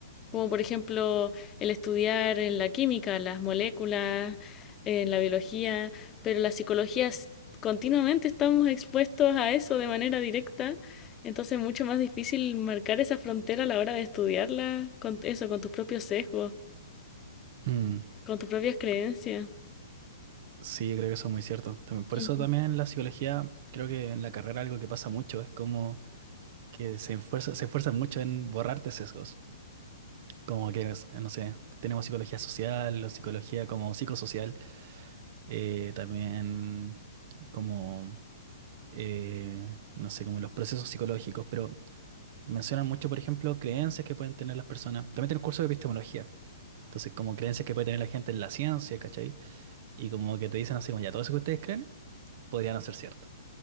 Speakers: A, on the left; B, on the right.
A: como por ejemplo el estudiar en la química, las moléculas, en la biología, pero la psicología es- continuamente estamos expuestos a eso de manera directa, entonces es mucho más difícil marcar esa frontera a la hora de estudiarla con eso, con tus propios sesgos,
B: Mm.
A: con tus propias creencias.
B: Sí, creo que eso es muy cierto. También, por
A: Ujú.
B: eso también en la psicología, creo que en la carrera algo que pasa mucho es como que se esfuerza, se esfuerzan mucho en borrarte sesgos. Como que, es- no sé, tenemos psicología social o psicología como psicosocial, eh, también como, eh, no sé, como los procesos psicológicos, pero mencionan mucho, por ejemplo, creencias que pueden tener las personas. También tienen curso de epistemología. Entonces, como creencias que puede tener la gente en la ciencia, ¿cachai? Y como que te dicen así, como ya, todo eso que ustedes creen podría no ser cierto.